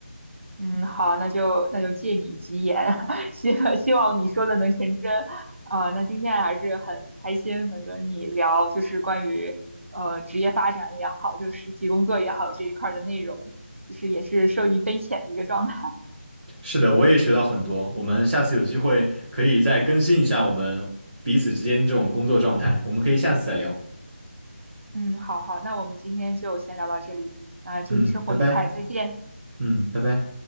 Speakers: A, on the right (about 80°); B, on the right (about 30°).
A: 嗯，好，那就那就借你吉言，<laughs> 希希望你说的能成真。啊、那今天还是很开心能跟你聊，就是关于呃职业发展也好，就实习工作也好这一块儿的内容，就是也是受益匪浅的一个状态。
B: 是的，我也学到很多。我们下次有机会可以再更新一下我们彼此之间的这种工作状态，我们可以下次再聊。
A: 嗯，好好，那我们今天就先聊到这里，啊、祝你生活愉快，
B: 嗯，拜拜。
A: 再见。
B: 嗯，拜拜。